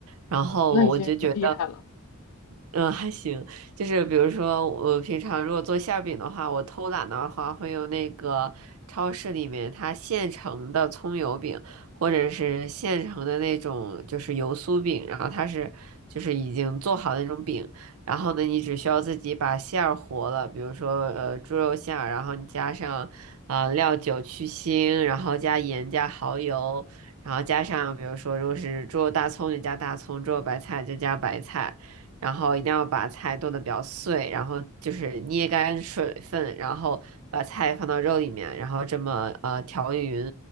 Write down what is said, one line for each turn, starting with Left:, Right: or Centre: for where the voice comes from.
Right: 然后我就觉
Left: 那已经很厉害了。
Right: 嗯，还行，就是比如说，我平常如果做馅儿饼的话，我偷懒的话，会用那个超市里面它现成的葱油饼，或者是现成的那种就是油酥饼，然后它是就是已经做好的那种饼，然后呢，你只需要自己把馅儿和了，比如说呃猪肉馅儿，然后你加上啊、呃料酒去腥，然后加盐加蚝油，然后加上比如说如果是猪肉大葱就加大葱，猪肉白菜就加白菜。然后一定要把菜剁得比较碎，然后就是捏干水分，然后把菜放到肉里面，然后这么呃调匀，